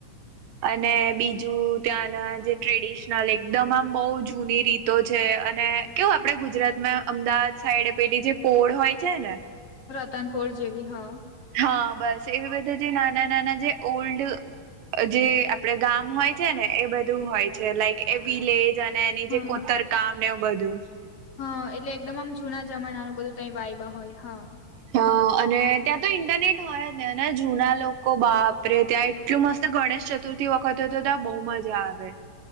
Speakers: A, on the right; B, on the left.
A: અને બીજું ત્યાંના જે ટ્રેડિશનલ એકદમ આમ બવ જૂની રીતો છે અને કેવ આપડે ગુજરાત માં અમદાવાદ સાઈડે પેલી જે પોડ હોય છે ને
B: રતનપોર જેવી હ
A: હા બસ એવી બધા જે નાના નાના જે ઓલ્ડ અ જે આપડે ગામ હોય છે ને એ બધું હોય છે લાઈક એ વિલેજ અને એની જે
B: હા
A: કોતરકામ ને એવું બધું
B: હા એટલે એકદમ આમ જુના જમાનાનું બધું તઈ વાયબા હોય હા
A: હ અને ત્યાં તો ઇન્ટરનેટ હોય નેને જૂના લોકો બાપરે ત્યાં એટલું મસ્ત ગણેશ ચતુર્થી વખતે તો ત્યાં બહુ મજા આવે